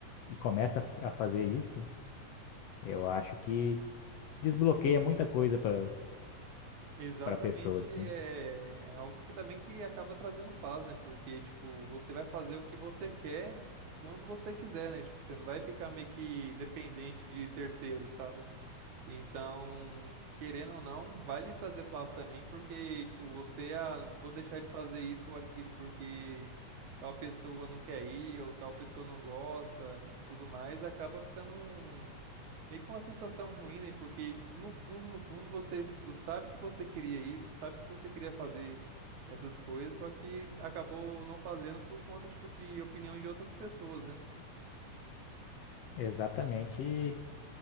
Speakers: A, on the left (about 70°); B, on the right (about 70°).
A: e começa a a fazer isso, eu acho que desbloqueia muita coisa para
B: Exatamente,
A: para a pessoa, assim.
B: é é algo que também que acaba trazendo paz, né? Porque, tipo, você vai fazer o que você quer quando você quiser, né? Tipo, você não vai ficar meio que dependente de terceiros, sabe? Então, querendo ou não, vai lhe trazer paz também, porque, tipo, você, ah, vou deixar de fazer isso ou aquilo porque tal pessoa não quer ir, ou tal pessoa não gosta e tudo mais, acaba ficando um, meio com uma sensação ruim, né? Porque, tipo, no fundo, no fundo, você, tipo, sabe que você queria isso, sabe que você queria fazer essas coisas, só que acabou não fazendo por conta, tipo, de opiniões de outras pessoas, né?
A: Exatamente. E